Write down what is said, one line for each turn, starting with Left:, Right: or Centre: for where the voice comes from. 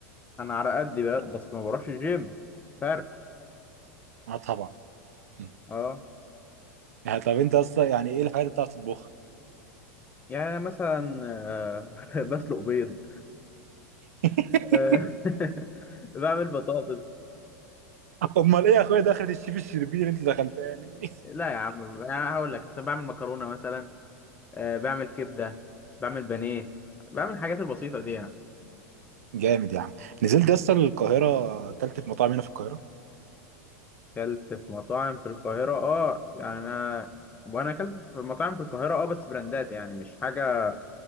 Left: انا على قدي بقى بس ما بروحش الجيم فرق
Right: اه طبعا م.
Left: اه
Right: آه طب انت اصلا يعني ايه الحاجات اللي بتعرف تطبخها
Left: يعني مثلا آه، <laughs> بسلق بيض
Right: <laughs>
Left: آه، <laughs> بعمل بطاطس
Right: امال ايه يا اخويا دخلت الشيف الشربيني اللي انت دخلتها لي
Left: لا يا عم يعني هقول لك مثلا بعمل مكرونه مثلا آه، بعمل كبده بعمل بانيه بعمل الحاجات البسيطه دي يعني
Right: <laughs> جامد يا عم نزلت يا اسطى القاهره اكلت في مطاعم هنا في القاهره
Left: اكلت في مطاعم في القاهرة اه يعني انا وانا اكلت في مطاعم في القاهرة اه بس براندات يعني مش حاجة